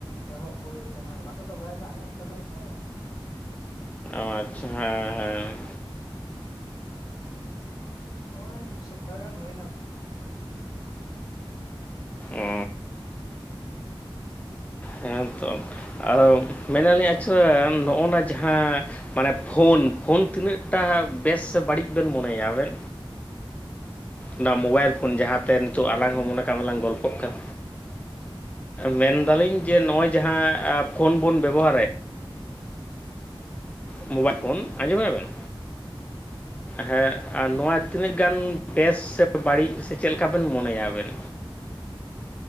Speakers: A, on the left; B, on the left.
A: ᱮᱦᱚᱵ ᱦᱩᱭᱩ ᱟᱠᱟᱱᱟ। ᱞᱟᱦᱟ ᱛᱮᱫᱚ ᱵᱟᱭ ᱫᱟᱜ ᱧᱚᱜ ᱠᱟᱫᱟᱭ ᱥᱮ।
B: ᱟᱪᱷᱟ ᱦᱮᱸ ᱦᱮᱸ।
A: ᱱᱚᱜᱼᱚᱭ ᱢᱤᱫ ᱥᱚᱯᱛᱟᱦᱚ ᱜᱟᱱ ᱦᱩᱭ ᱮᱱᱟ।
B: ᱚ ᱦᱮᱸ ᱛᱚ। ᱟᱫᱚ ᱢᱮᱱᱟᱞᱤᱧ ᱟᱪᱷᱟ ᱱᱚᱜᱼᱚ ᱱᱟ ᱡᱟᱦᱟᱸ ᱼᱼ ᱢᱟᱱᱮ ᱯᱷᱳᱱ, ᱯᱷᱳᱱ ᱛᱤᱱᱟᱹᱜᱴᱟ ᱵᱮᱥ ᱥᱮ ᱵᱟᱹᱲᱤᱡ ᱵᱮᱱ ᱢᱚᱱᱮᱭᱟ ᱟᱵᱮᱱ? ᱚᱱᱟ ᱢᱳᱵᱟᱭᱤᱞ ᱯᱷᱳᱱ, ᱡᱟᱦᱟᱸᱛᱮ ᱱᱤᱛᱚᱜ
A: ᱪᱮᱫ ᱞᱮᱠᱟ
B: ᱟᱞᱟᱝ
A: ᱵᱮᱱ
B: ᱦᱚᱸ ᱢᱚᱱᱮ ᱠᱟᱜ ᱢᱮ ᱞᱟᱝ ᱜᱚᱞᱯᱚᱜ ᱠᱟᱱᱟ। ᱢᱮᱱᱫᱟᱞᱤᱧ ᱡᱮ ᱱᱚᱜᱼᱚᱭ ᱡᱟᱦᱟᱸ ᱯᱷᱳᱱ ᱵᱚᱱ ᱵᱮᱵᱚᱦᱟᱨᱮᱫ ᱼᱼ ᱢᱳᱵᱟᱭᱤᱞ ᱯᱷᱳᱱ, ᱟᱸᱡᱚᱢᱮᱜᱼᱟ ᱵᱮᱱ?
A: <inaudible>
B: ᱦᱮᱸ ᱟᱨ ᱱᱚᱣᱟ ᱛᱤᱱᱟᱹᱜ
A: ᱦᱮᱸ,
B: ᱜᱟᱱ ᱵᱮᱥ, ᱥᱮ ᱵᱟᱹᱲᱤᱡ, ᱥᱮ ᱪᱮᱫ ᱞᱮᱠᱟ ᱵᱮᱱ ᱢᱚᱱᱮᱭᱟ ᱟᱵᱮᱱ?